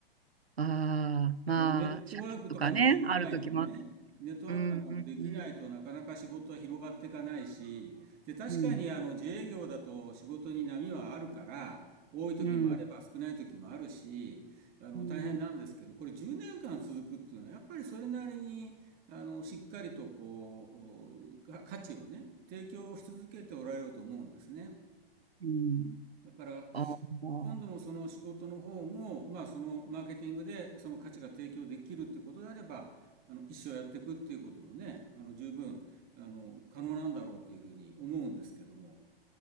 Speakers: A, on the right; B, on the right.
A: ああ、まあ、
B: あのネットワークとかもできないとね、
A: 借金とかね、ある時もあった。
B: ネットワークなんかもできないとなかなか仕事は広がっていかないし、
A: うん、うん、
B: で、確かにあの自営業だと仕事に波はあるから、
A: うん、
B: 多い時もあれば少ない時もあるし、
A: うん、
B: あの大変なんですけど、
A: うん、
B: これ10年間続くっていうのは、やっぱりそれなりにあのしっかりとこう、か価値をね、提供し続けておられると思うんですね。
A: うん。
B: だから、
A: ああー、
B: 今度もその仕事の方も、まあ、そのマーケティングでその価値が提供できるってことであれば、あの一生やっていくっていうこともね、あの十分あの可能なんだろうというふうに思うんですけども。